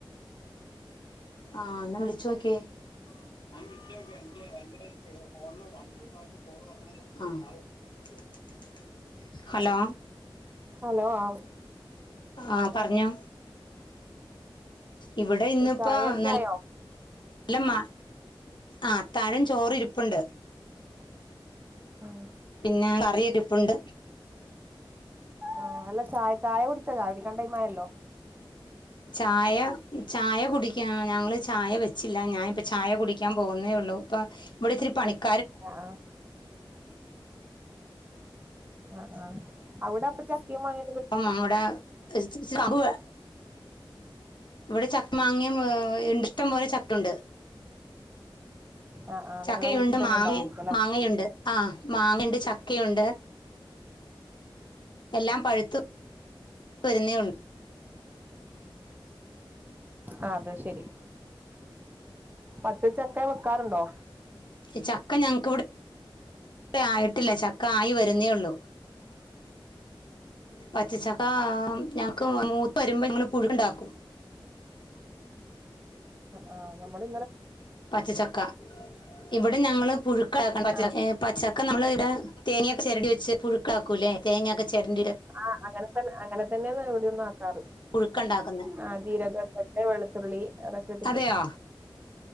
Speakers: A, on the left; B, on the right.
A: ആഹ എന്നാ വിളി ചോക്ക്യാ <unintelligible> ഹലോ
B: ഹലോ ആ
A: ആ പറ്ഞ്ഞോ ഇവടെ ഇന്നിപ്പോ
B: ചായയൊക്കെ
A: നല്ല
B: ആയോ
A: ഇല്ലമ്മ ആ താഴം ചോറിരിപ്പുണ്ട്.
B: ആ
A: പിന്നെ കറിയിരിപ്പുണ്ട്
B: ആ അല്ല ചായ ചായ കുടിച്ചോ? ചായ കുടിക്കാൻ ടൈ ആയല്ലോ
A: ചായ ചായ കുടിക്കാ ഞങ്ങള് ചായ വെച്ചില്ല ഞാനിപ്പ ചായ കുടിക്കാൻ പോകുന്നേ ഉള്ളൂ ഇപ്പ ഇവടത്തിരിപ്പണിക്ക
B: ആ ആഹ ആഹ അവിടെ അപ്പം ച ചക്ക, മാങ്ങ
A: അപ്പം അവിടെ <unintelligible> ഇവിടെ ചക്ക മാങ്ങിയം ഇണ്ട ഇഷ്ടംപ പോലെ ചക്കയുണ്ട്
B: ആഹ് ആഹ്
A: ചക്കയുണ്ട്
B: നിങ്ങളെ വീട്ടിൽ തന്നെ
A: മാങ്ങ
B: ഉണ്ടാവായിരിക്കും അല്ലെ
A: മാങ്ങയുണ്ട് ആ മാങ്ങുണ്ട് ചക്കയുണ്ട് എല്ലാം പഴുത്ത് വരുന്നേള്ളു
B: ആ അത് ശരി പച്ച ചക്ക വെക്കാറുണ്ടോ?
A: ഈ ചക്ക ഞങ്ങക്ക് വിടെ ആയിട്ടില്ല ചക്ക ആയി വരുന്നേ ഉള്ളൂ. പച്ചച്ചക്ക ഞങ്ങൾക്ക് മൂത്ത് വരുമ്പോ ഞങ്ങൾ പുഴുക്ക്ണ്ടാക്കും.
B: ആ നമ്മള്
A: പച്ചച്ചക്ക ഇവടെ ഞങ്ങള് പുഴുക്ക <unintelligible>
B: ആഹ്
A: പച്ചക്കെ നമ്മൾ ഇവിടെ തേങ്ങയൊ ചരടി വെച്ച് പുഴുക്കാക്കൂല്ലേ തേങ്ങൊക്കെ ചിരണ്ടി
B: ആഹ് അങ്ങനെ തന്നെ അങ്ങനെ തന്നെയ ഇവിടിം ന്ന് ആക്കാറ്
A: പുഴുക്കുണ്ടാക്കുന്നത്
B: ആഹ ജീരകക്കട്ട് വെളുത്തുള്ളി അതൊക്കെ ഇട്ടിട്ട്
A: അതെയോ